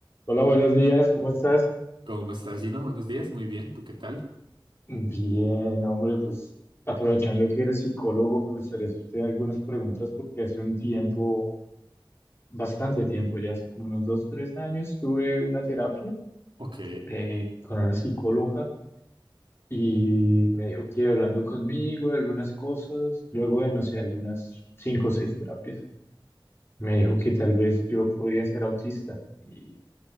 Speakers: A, on the left (about 30°); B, on the right (about 70°).
A: Hola, buenos días, ¿cómo estás?
B: ¿Cómo estás, Gino? Buenos días, muy bien, ¿tú qué tal?
A: Bien, hombre, pues aprovechando que eres psicólogo, me gustaría hacerte algunas preguntas porque hace un tiempo, bastante tiempo, ya hace como unos dos, tres años, tuve una terapia
B: Ok,
A: eh, con una psicóloga y me dijo que hablando conmigo de algunas cosas, luego de, no sé, algunas cinco o seis terapias, me dijo que tal vez yo podía ser autista y